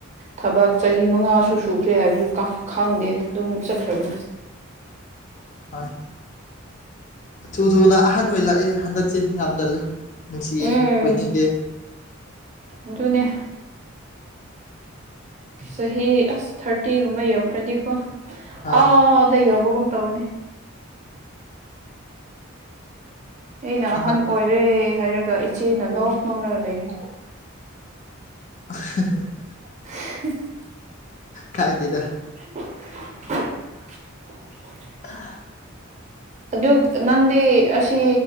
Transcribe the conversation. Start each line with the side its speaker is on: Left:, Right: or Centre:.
Right: ꯊꯕꯛ ꯆꯍꯤ ꯃꯉꯥꯁꯨ ꯁꯨꯈ꯭ꯔꯦ ꯍꯥꯏꯕꯁꯨ ꯈꯪꯗꯦ ꯑꯗꯨꯝ ꯆꯠꯈ꯭ꯔꯕꯅꯤ
Left: ꯍꯣꯏ ꯊꯨ ꯊꯨꯅ ꯑꯍꯟ ꯑꯣꯏ ꯂꯛꯑꯦ ꯍꯟꯗꯛꯁꯦ ꯌꯥꯝꯗꯜꯂꯦ ꯅꯨꯡꯁꯤꯌꯦ
Right: ꯎꯝ
Left: ꯑꯣꯏꯅꯤꯡꯗꯦ
Right: ꯑꯗꯨꯅꯦ ꯆꯍꯤ ꯑꯁ ꯊꯥꯔꯇꯤꯒꯨꯝꯕ ꯌꯧꯈ꯭ꯔꯗꯤꯀꯣ
Left: ꯍꯣꯏ
Right: ꯑꯥꯗ ꯌꯧꯕꯒꯨꯝ ꯇꯧꯕꯅꯤ ꯑꯩꯅ
Left: ꯑꯉꯛ
Right: ꯑꯍꯟ ꯑꯣꯏꯔꯦ ꯍꯥꯏꯔꯒ ꯏꯆꯦꯅ ꯅꯣꯛ ꯅꯣꯛꯔꯒ ꯂꯩꯕꯅꯦ
Left: <inaudible>
Right: <inaudible>
Left: ꯀꯥꯏꯗꯦꯗ
Right: <inaudible>
Left: ꯀꯥ
Right: ꯑꯗꯨ ꯅꯪꯗꯤ ꯑꯁꯤ